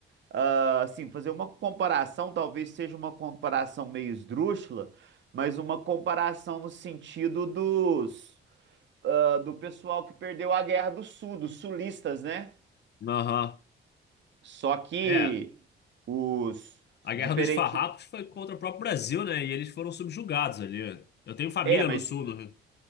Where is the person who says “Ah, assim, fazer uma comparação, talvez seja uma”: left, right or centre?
Right